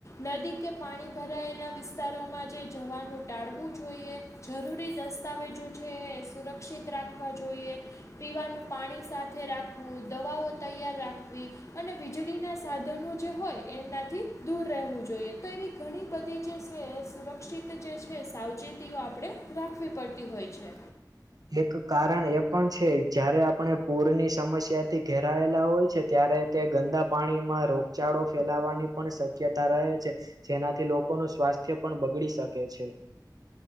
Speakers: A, on the left; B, on the right.
A: નદી કે પાણી ભરાયેલા વિસ્તારોમાં જે જવાનું ટાળવું જોઈએ. જરૂરી દસ્તાવેજો છે, એ સુરક્ષિત રાખવા જોઈએ. પીવાનું પાણી સાથે રાખવું, દવાઓ તૈયાર રાખવી. અને વીજળીના સાધનો જે હોય એમનાથી દૂર રહેવું જોઈએ. તો એવી ઘણી બધી જે છે એ સુરક્ષિત જે છે, સાવચેતીઓ આપણે રાખવી પડતી હોય છે.
B: એક કારણ એ પણ છે, જયારે આપણે પૂરની સમસ્યાથી ઘેરાયેલા હોય છે ત્યારે તે ગંદા પાણીમાં રોગચાળો ફેલાવાની પણ શક્યતા રહે છે જેનાથી લોકોનું સ્વાસ્થ્ય પણ બગડી શકે છે